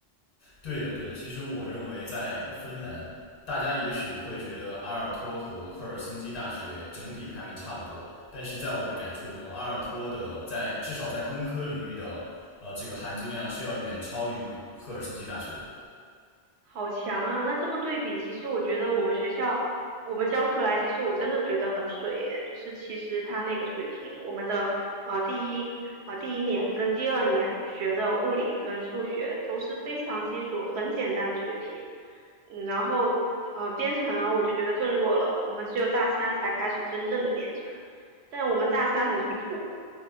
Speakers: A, on the left (about 40°); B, on the right (about 85°).
A: 对的，对的。其实我认为在芬兰，大家也许会觉得阿尔托和赫尔辛基大学整体排名差不多，但是在我的感触中，阿尔托的在至少在工科领域的呃这个含金量是要远超于赫尔辛基大学的。
B: 好强啊！那这么对比，其实我觉得我们学校我们教出来，其实我真的觉得很水耶。就是其实他那个水平，我们的呃第一呃第一年跟第二年学的物理跟数学都是非常基础、很简单的水平。嗯，然后呃编程我就觉得更弱了，我们只有大三才开始真正的编程，但我们大三很离谱，